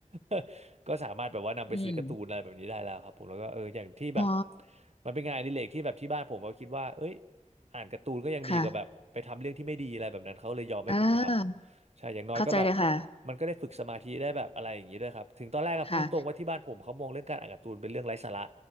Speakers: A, on the right (about 55°); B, on the left (about 50°).
A: <laughs> ก็สามารถแบบว่านำไปซื้อการ์ตูนอะไรแบบนี้ได้แล้วครับผมแล้วก็เอออย่างที่แบบ
B: อืม อ๋อ
A: มันเป็นงานอดิเรกที่แบบที่บ้านผมก็คิดว่าเอ้ยอ่านการ์ตูนก็ยังดีกว่าแบบไปทำเรื่องที่ไม่ดีอะไรแบบนั้น
B: ค่ะ
A: เขาเลยยอมให้ผมทำ
B: อ่า
A: ใช่ อย่างน้อยก็แบบ
B: เข้าใจเลยค่ะ
A: มันก็ได้ฝึกสมาธิได้แบบอะไรอย่างนี้ด้วยครับถึงตอนแรกก็พูดตรงว่าที่บ้านผมเขามองเรื่องการอ่านการ์ตูนเป็นเรื่องไร้สาระ
B: ค่ะ